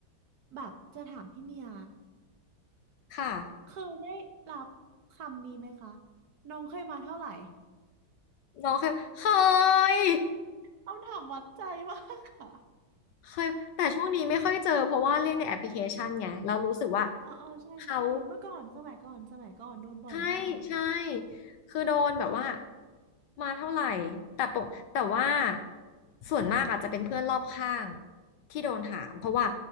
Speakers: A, on the right; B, on the left.
A: แบบจะถามพี่เมีย
B: ค่ะ
A: เคยได้รับคำนี้ไหมคะน้องเคยมาเท่าไหร่
B: น้องเคยเคย
A: คำถามวัดใจมากค่ะ
B: เคยแต่ช่วงนี้ไม่ค่อยเจอเพราะว่าเรื่องในแอปพลิเคชันไงเรารู้สึกว่า
A: เออเออใช่ใช่เมื่อก่อนสมัยก่อนสมัยก่อนโดนบ่อยมาก
B: เขา ใช่ใช่คือโดนแบบว่ามาเท่าไหร่แต่ปกแต่ว่าส่วนมากอาจจะเป็นเพื่อนรอบข้างที่โดนถามเพราะว่า